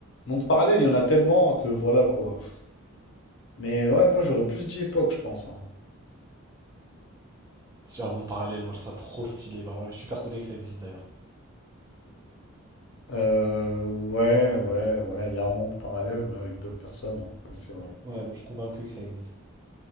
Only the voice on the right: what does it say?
C'est un monde parallèle, moi je serais trop stylé, vraiment. Je suis persuadé que ça existe d'ailleurs.
Ouais, je suis convaincu que ça existe.